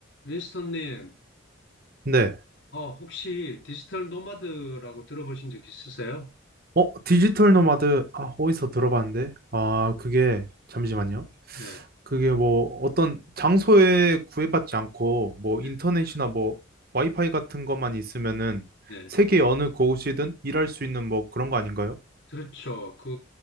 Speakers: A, on the left; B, on the right.
A: 윈스턴님,
B: 네.
A: 어, 혹시 디지털 노마드라고 들어보신 적 있으세요?
B: 어, 디지털 노마드, 아, 어디서 들어봤는데? 아, 그게, 잠시만요.
A: 네,
B: 그게 뭐, 어떤 장소에 구애받지 않고, 뭐,
A: 네,
B: 인터넷이나 뭐, 와이파이 같은 것만 있으면은,
A: 네.
B: 세계 어느 곳이든 일할 수 있는 뭐, 그런 거 아닌가요?
A: 그렇죠. 그,